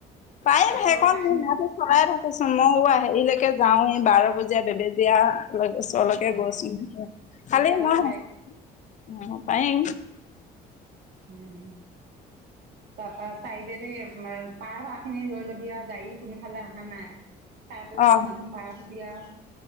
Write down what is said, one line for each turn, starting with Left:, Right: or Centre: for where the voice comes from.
Left: পাৰিম
Right: আকৌ
Left: সেইকণ
Right: টাইম
Left: ম মতি চলাইে থাকোচোন মইও হেৰিলৈকে যাওঁ এই বাৰ বজীয়া বেবেজীয়া ওচৰলৈকে
Right: অ
Left: গৈছো খালি
Right: তেতিয়াহ'লে
Left: ন অ পাৰিম।
Right: উম তাপা চাইদে দি পাৰ পাৰ খিনি ৰৈ ল'বি আৰু গাড়ী কোনো ফালে অহা নাই। চাই পেলাই
Left: অ
Right: ধুমা ধুম পাৰ হব দিয়া। <inaudible>